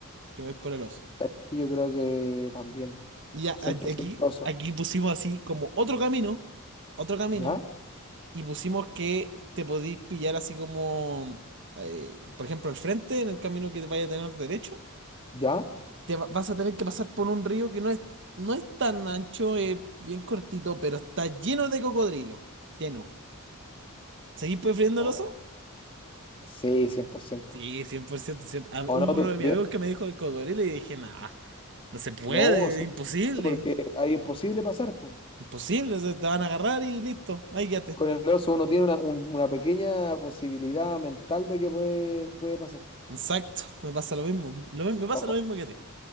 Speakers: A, on the right; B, on the left.
A: Yo me voy por el oso.
B: ¿Sabes qué? Yo creo que también,
A: Y ya,
B: cien
A: a- aquí,
B: por ciento oso,
A: aquí pusimos así como otro camino, otro camino,
B: ¿ya?
A: y pusimos que te podís pillar así como, eh, por ejemplo, al frente, en el camino que vaya a tener derecho,
B: ¿Ya?
A: te va- vas a tener que pasar por un río que no es, no es tan ancho, eh, bien cortito, pero está lleno de cocodrilo, lleno. ¿Seguís prefiriendo
B: Oh,
A: el oso?
B: sí, cien por ciento
A: Sí, 100% cierto. Ah,
B: ¿O
A: Hubo
B: no
A: uno
B: tú
A: de mis
B: también?
A: amigos que me dijo el cocodrilo y dije, nah, no se puede,
B: No, sí,
A: imposible,
B: porque hay imposible pasar, po.
A: imposible, o sea, te van a agarrar y listo, ahí quédate.
B: Con el oso uno tiene una, un- una pequeña posibilidad mental de que puede, puede pasar.
A: Exacto, me pasa lo mismo, lo mi- me pasa
B: Ojo,
A: lo mismo que a ti.